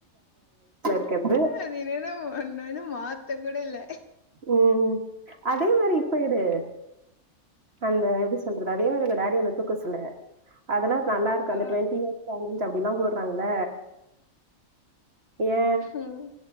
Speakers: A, on the right (about 50°); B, on the left (about 40°).
A: இருக்கிறது
B: அது என்னனா ஒன்னு இன்னு மாத்த கூட இல்ல
A: ம் ம் அதே மாரி இப்ப எடு அங்க எப்டி சொல்றது அதே வேற டேடிய உன்ன தூக்க சொல்ல அதெல்லா நல்லாருக்கூ
B: ஆ,
A: அந்த ட்வெண்டி இயர்ஸ் சேலஞ்ச் அப்டிலா போடுறாங்ல ஏ
B: ம்,